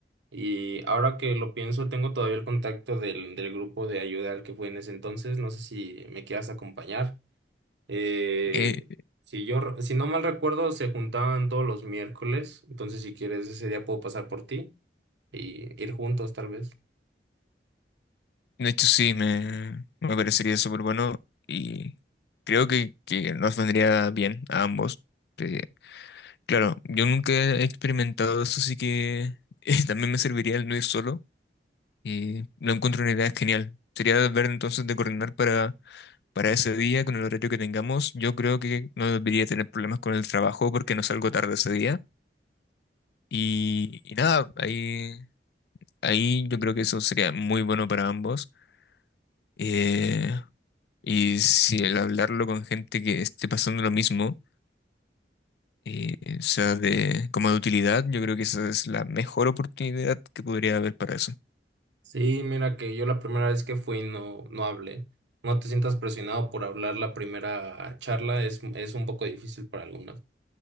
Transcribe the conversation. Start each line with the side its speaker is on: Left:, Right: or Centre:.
Right: Y ahora que lo pienso, tengo todavía el contacto del, del grupo de ayuda al que fui en ese entonces. No sé si me quieras acompañar. Eh,
Left: Eh,
Right: si yo, re- si no mal recuerdo, se juntaban todos los miércoles. Entonces, si quieres, ese día puedo pasar por ti y ir juntos, tal vez.
Left: de hecho, sí, me, me parecería súper bueno y creo que, que nos vendría bien a ambos. Eh, claro, yo nunca he experimentado eso, así que eh, <laughs> también me serviría el no ir solo y lo encuentro una idea genial. Sería ver entonces de coordinar para para ese día, con el horario que tengamos, yo creo que no debería tener problemas con el trabajo porque no salgo tarde ese día. Y, y nada, ahí, ahí yo creo que eso sería muy bueno para ambos. Eh, y si el hablarlo con gente que esté pasando lo mismo, eh, sea de, como de utilidad, yo creo que esa es la mejor oportunidad que podría haber para eso.
Right: Sí, mira que yo la primera vez que fui no, no hablé. No te sientas presionado por hablar la primera charla. Es, es un poco difícil para algunos.